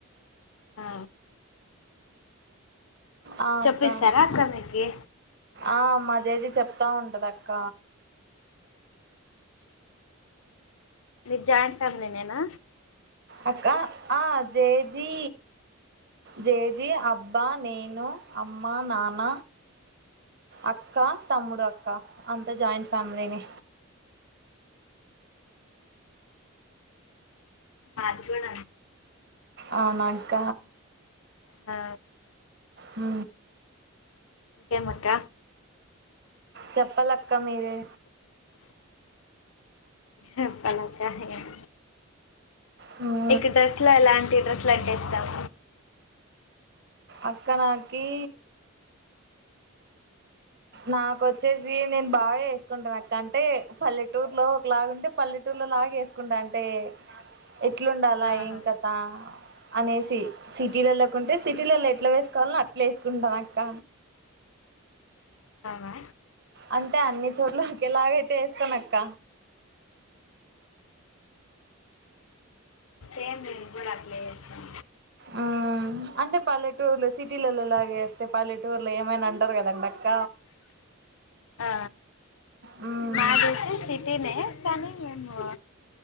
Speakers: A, on the left; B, on the right.
A: ఆ
B: ఆ
A: చెప్పిస్తారా
B: అక్క
A: అక్క మీకి
B: ఆ మా జేజి చెప్తా ఉంటది అక్క
A: మీ జాయింట్ ఫ్యామిలీ నేనా
B: అక్క ఆ జేజీ జేజీ అబ్బా నేను అమ్మ నాన్న అక్క తమ్ముడు అక్క అంత జాయింట్ ఫ్యామిలీనే
A: నాకూడ
B: అవునా అక్క
A: ఆ
B: ఉ
A: ఏమక్క
B: చెప్పాలక్క మీరే
A: చెప్పాలక ఏం
B: ఉ
A: ఇక డ్రెస్ లో ఎలాంటి డ్రెస్సులు అంటే ఇష్టం
B: అక్క నాకి నాకొచ్చేసి నేను బాగా వేసుకుంటాను అక్క అంటే పల్లెటూర్ లో ఒకలాగా ఉంటే పల్లె టూర్ల లాగ వేసుకుంటా అంటే ఎట్లుండాలా
A: ఆహా
B: ఏం కథా అనేసి సిటీలళ్లోకుంటే సిటీలలో ఎట్లా వేసుకోవాల అట్లే వేసుకుంటాను అక్క
A: అహా
B: అంటే అన్ని చోట్ల ఒకేలాగ వేసుకోనక్క
A: సేమ్ నేను కూడా అప్లై చేస్తాం
B: ఆ అంటే పల్లెటూర్లో సిటీలలో లాగేస్తే పల్లెటూర్లో ఏమైనా అంటారు కదండి అక్క
A: ఆ
B: ఊమ్
A: మాదైతే సిటీనే కానీ మేము